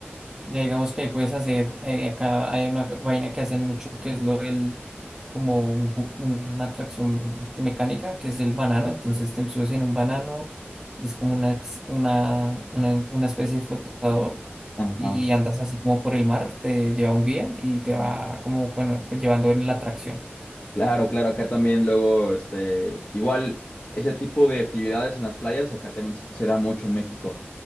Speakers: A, on the right; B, on the left.
A: Ya digamos que ahí puedes hacer, eh, acá hay una vaina que hacen mucho que es lo del, como un ju- una atracción mecánica, que es el banano, entonces te subes en un banano y es como una, ex- una, una, una especie de flotador
B: Ajá.
A: y andas así como por el mar, te lleva un guía y te va como con- llevando en la atracción.
B: Claro, claro, acá también luego, este, igual ese tipo de actividades en las playas, acá también se se da mucho en México.